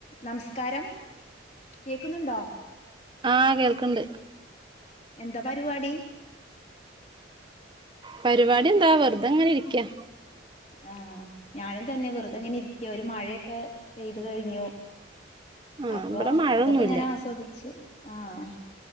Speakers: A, on the left; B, on the right.
A: നമസ്കാരം കേക്കുന്നുണ്ടോ
B: ആ കേൾക്ക്ണ്ട്
A: എന്താ പരിവാടി
B: പരിപാടി എന്താ വെറുതെ അങ്ങനെ ഇരിക്കാ
A: ആഹ് ഞാനു തന്നെ വെറുതെങ്ങനെരിക്ക ഒരു മഴ ഒക്കെ പെയ്ത് കഴിഞ്ഞു
B: ആഹ്
A: അപ്പൊ
B: ഇവിടെ മഴൊന്നുല്ല
A: അതൊക്കെ ഇങ്ങനെ ആസ്വദിച്ച് ആഹ്